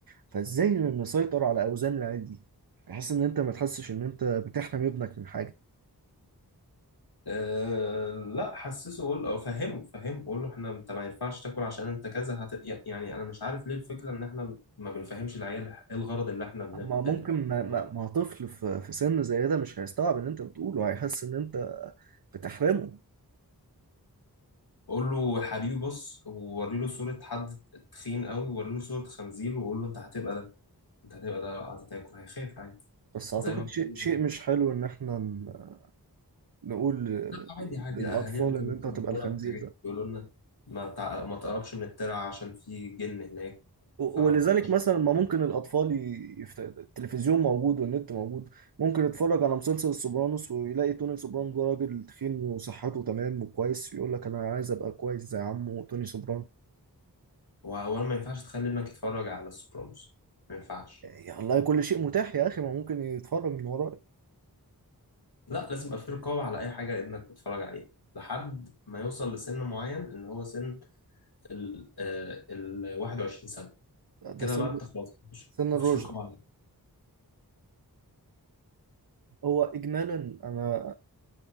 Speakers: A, on the right; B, on the left.
A: فإزاي نسيطر على أوزان العيال دي؟ بحيث إن أنت ما تحسش إن أنت بتحرم ابنك من حاجة
B: أه لا حسسه قول او فهمه فهمه قول له احنا انت ما ينفعش تاكل عشان انت كذا هت... يعني انا مش عارف ليه الفكره ان احنا ما بنفهمش العيال ايه الغرض اللي احنا بن...
A: ما
B: بناكل
A: ممكن ما,
B: منه.
A: ما, ما طفل في, في سن زي ده مش هيستوعب اللي انت بتقوله هيحس ان انت بتحرمه
B: قول له يا حبيبي بص ووري له صوره حد تخين قوي ووري له صوره خنزير وقول له انت هتبقى ده انت هتبقى ده لو قعدت تاكل هيخاف عادي
A: بس اعتقد
B: زي ما بقول
A: شيء شيء
B: له،
A: مش حلو ان احنا ن- نقول ل-
B: لا عادي عادي
A: للاطفال
B: اهالينا كانوا
A: ان انت
B: بيخوفونا
A: هتبقى الخنزير
B: بحاجات
A: ده
B: بيقولوا لنا ما تع... ما تقربش من الترعه عشان في جن هناك
A: و-
B: فما
A: ولذلك
B: كناش بنقرب.
A: مثلا ما ممكن الاطفال ي- يفت... التلفزيون موجود والنت موجود ممكن يتفرج على مسلسل السوبرانوس ويلاقي توني سوبرانو ده راجل تخين وصحته تمام وكويس يقول لك انا عايز ابقى كويس زي عمه توني سوبرانو
B: وأولا ما ينفعش تخلي ابنك يتفرج على السوبرانوس ما ينفعش
A: إيه، يا الله كل شيء متاح يا اخي ما ممكن يتفرج من وراك
B: لا لازم يبقى في رقابة على أي حاجة ابنك بيتفرج عليها لحد ما يوصل لسن معين إن هو سن ال آه، ال 21 سنة كده
A: ده سن
B: بقى أنت خلاص مفيش
A: سن
B: مفيش
A: الرشد
B: رقابة عليه
A: هو اجمالا انا